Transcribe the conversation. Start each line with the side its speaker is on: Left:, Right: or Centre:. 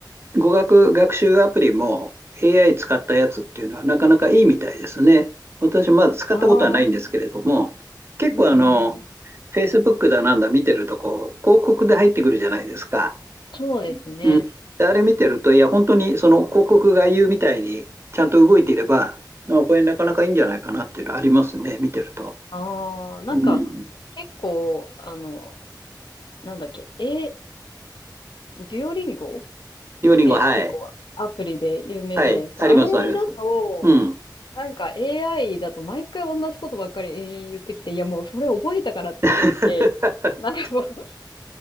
Right: 語学学習アプリも AI 使ったやつっていうのはなかなかいいみたいですね。私まだ使ったことはないんですけれども、
Left: あ
Right: 結構あの、
Left: うん。
Right: Facebook だなんだ見てるとこう、広告で入ってくるじゃないですか。
Left: そうですね。
Right: うん。で、あれ見てると、いや、本当にその広告が言うみたいにちゃんと動いていれば、あこれなかなかいいんじゃないかなっていうのはありますね、見てると。
Left: ああ、なんか、
Right: うん。
Left: 結構、あの、なんだっけ、え、デュオリンゴっ
Right: リオリンゴ、
Left: て結構アプリで有名じゃないですか。
Right: はい。はい。あります、
Left: あれだと、
Right: あります。うん。
Left: なんか AI だと毎回同じことばっかり延々言ってきて、いやもうそれ覚えたからとか思って、
Right: <laughs>
Left: なんかもう、<laughs>